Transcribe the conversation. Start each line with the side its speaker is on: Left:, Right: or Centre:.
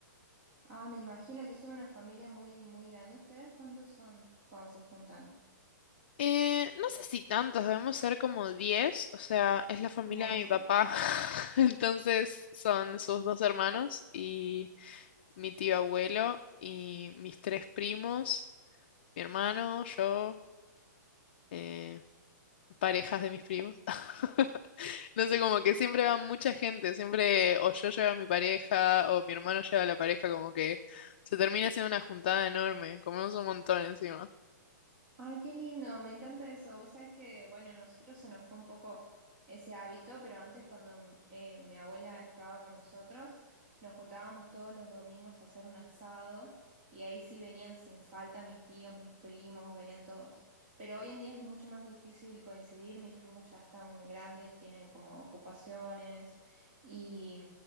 Right: Ah, me imagino que son una familia muy, muy grande. ¿Ustedes cuántos son cuando se juntan?
Left: Eh, no sé si tantos, debemos ser como 10 o sea, es la familia
Right: Un montón.
Left: de mi papá, <laughs> entonces son sus dos hermanos y mi tío abuelo y mis tres primos, mi hermano, yo, eh, parejas de mis primos. <laughs> No sé, como que siempre va mucha gente, siempre o yo llevo a mi pareja o mi hermano lleva a la pareja, como que se termina siendo una juntada enorme, comemos un montón encima.
Right: Ay, qué lindo, me encanta eso. Vos sabés que, bueno, a nosotros se nos fue un poco ese hábito, pero antes cuando mm, eh, mi abuela estaba con nosotros, nos juntábamos todos los domingos a hacer un asado y ahí sí venían sin falta mis tíos, mis primos, venían todos. Pero hoy en día es mucho más difícil coincidir, mis primos ya están grandes, tienen como ocupaciones y,